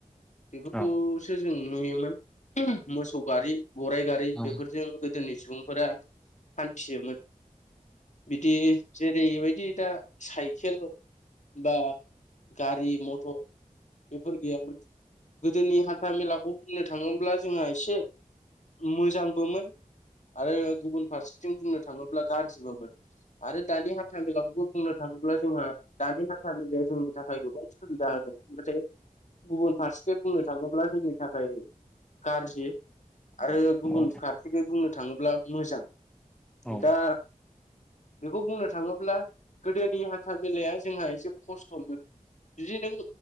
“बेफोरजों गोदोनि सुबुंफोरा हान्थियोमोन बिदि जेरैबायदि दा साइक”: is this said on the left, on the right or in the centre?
Left